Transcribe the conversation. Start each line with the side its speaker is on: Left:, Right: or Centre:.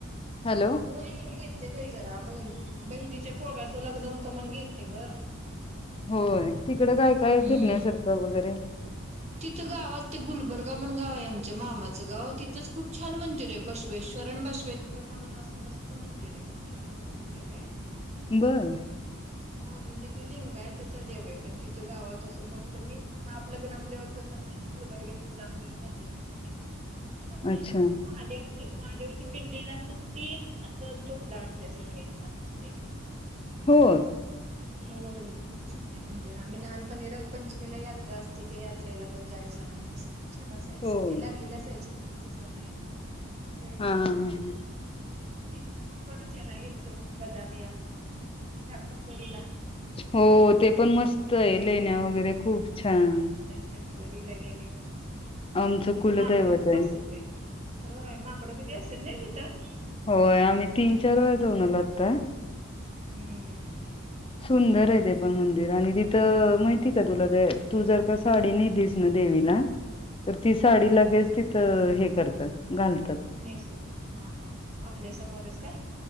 Left: हॅलो?
Right: हो गेलते बाई जरा, बहीण बहिणीच्या पोगाचं लग्न होतं म्हणून गेलते ग.
Left: होय, तिकडं काय, काय
Right: हम्म.
Left: फिरण्यासारखं वगैरे,
Right: तिथं गावात ते गुलबर्गा म्हण गाव आहे, आमच्या मामाचं गाव तिथंच खूप छान मंदिर आहे. बसवेश्वर आणि, बसवेश्वर म्हणून असं मस्त मंदिर आहे, मोठे मोठं मंदिर आहे.
Left: बर,
Right: हा म्हणजे ती लिंग आहे, तसं देव आहे पण तिचं गाव तसं म्हटतं मी, ना आपल ग्रामदैवत, कस अस <unintelligible> अस ग्रामदेव अस कस छान आहे
Left: अच्छा
Right: अस, महादेवाचे महादेवच्या पिंडीला असं, तीन असं तोंड असल्यासारखं फार मस्त आहे. <unintelligible>
Left: हो,
Right: हो खूप छान आहे मंदिर, आम्ही लहानपनी रंगपंचमीला यात्रा असते त्या, जत्रेला पण जायचो आम्ही, असं खूप छान असायच
Left: होय
Right: सुट्टी लागलेली असायची सवय आहे. जायचं
Left: हा
Right: आम्ही
Left: हा
Right: कधी, कधी, ह तिथन मग परत ह्याला, गेलतो बदामी आपल्या शाखंबरीला,
Left: हो ते पण मस्त आहे, लेण्या वगैरे खूप छान,
Right: शंकरीला गेलेलो
Left: आमचं
Right: तिथं,
Left: कुलदैवत
Right: माकडं खूप
Left: आहे.
Right: असेल बाई, होय माकडं किती, असतेत नाही तिथं,
Left: होय आम्ही तीन चार वेळा, जाऊन आलो आता.
Right: हम्म,
Left: सुंदर आहे ते पण मंदिर आणि, तिथं माहिती का तुला ते, तू जर का साडी नेलीस ना देवीला
Right: <unintelligible>
Left: तर ती साडी लगेच, तिथ हे करतात घालत.
Right: नेसच हा, हा हा आपल्या समोरच काय?